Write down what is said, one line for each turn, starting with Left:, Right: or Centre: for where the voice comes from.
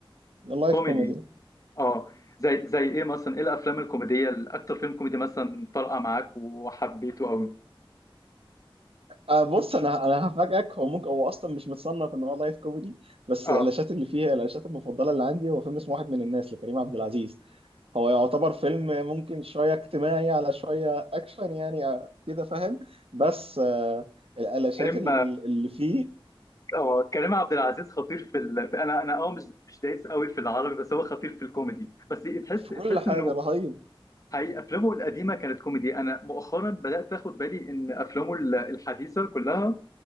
Right: اللايت
Left: كوميدي
Right: كوميدي
Left: اه زي زي ايه مثلا ايه الافلام الكوميديه الاكتر فيلم كوميدي مثلا طرقه معاك وحبيته قوي
Right: آه، بص انا انا هفاجئك هو ممكن هو اصلا مش متصنف ان هو لايف كوميدي بس
Left: اه
Right: الالاشات اللي فيها الالاشات المفضله اللي عندي هو فيلم اسمه واحد من الناس لكريم عبد العزيز هو يعتبر فيلم ممكن شويه اجتماعي على شويه اكشن يعني آه، كده فاهم بس آه، الالاشات
Left: كريم
Right: ال- ال- اللي فيه
Left: اه كريم عبد العزيز خطير في ال... انا انا اه مش مش دايس قوي في العربي بس هو خطير في الكوميدي بس تحس
Right: في
Left: تحس
Right: كل حاجه
Left: انه
Right: رهيب
Left: حقيقي افلامه القديمه كانت كوميدي انا مؤخرا بدات اخد بالي ان افلامه ال- الحديثه كلها